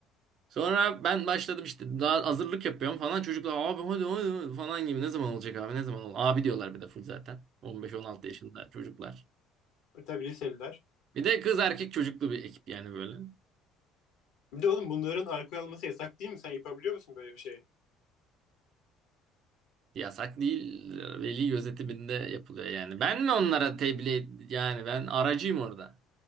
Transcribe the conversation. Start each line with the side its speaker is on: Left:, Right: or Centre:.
Right: Sonra ben başladım işte daha hazırlık yapıyorum falan. Çocuklar abi hadi hadi hadi" falan gibi ne zaman olacak abi ne zaman ol Abi diyorlar bir de full zaten. 15-16 yaşında çocuklar.
Left: Tabii liseliler.
Right: Bir de kız erkek çocuklu bir ekip yani böyle.
Left: Bir de oğlum bunların alkol alması yasak değil mi? Sen yapabiliyor musun böyle bir şeyi?
Right: Yasak değil veli gözetiminde yapılıyor yani. Ben mi onlara tebliğ yani ben aracıyım orada.